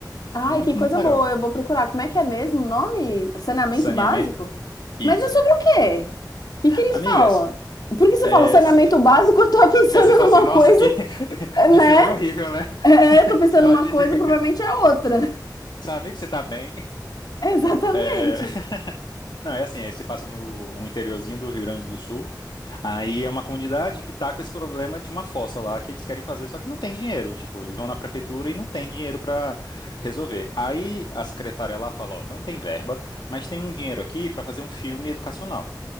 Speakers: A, on the left; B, on the left.
A: Ai,
B: Muito,
A: que coisa
B: muito legal.
A: boa. Eu vou procurar. Como é que é mesmo o nome? Saneamento
B: Saneamento.
A: básico?
B: Isso.
A: Mas é sobre o quê? O que que eles
B: Amigas,
A: falam? Porque você
B: é,
A: fala saneamento
B: se...
A: básico,
B: <laughs>
A: <laughs> eu tô pensando
B: aí você fala
A: numa
B: assim, nossa,
A: coisa,
B: que... <laughs>
A: né?
B: que filme horrível, né?
A: É, é, eu tô pensando
B: Ela
A: numa
B: desliga.
A: coisa, provavelmente é outra.
B: Seu amigo, você tá bem?
A: <laughs>
B: É, <laughs>
A: Exatamente.
B: Não, é assim, é, se passa no um interiorzinho do Rio Grande do Sul. Aí é uma comunidade que tá com esse problema de uma fossa lá que eles querem fazer, só que não tem dinheiro. Tipo, eles vão na prefeitura e não tem dinheiro para resolver. Aí a secretária lá fala, ó, não tem verba, mas tem um dinheiro aqui para fazer um filme educacional.